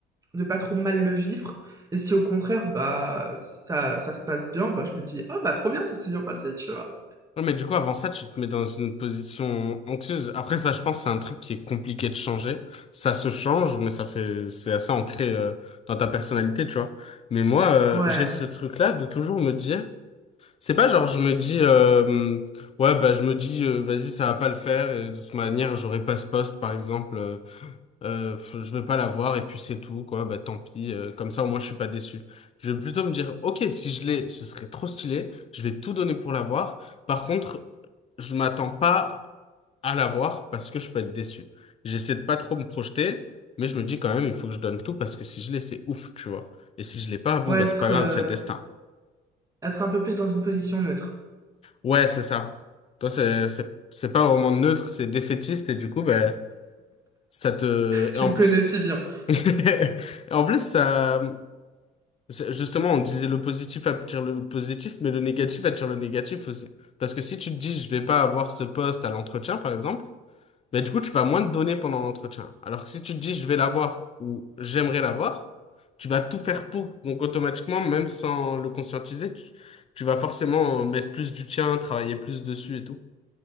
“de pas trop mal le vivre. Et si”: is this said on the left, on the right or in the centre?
Right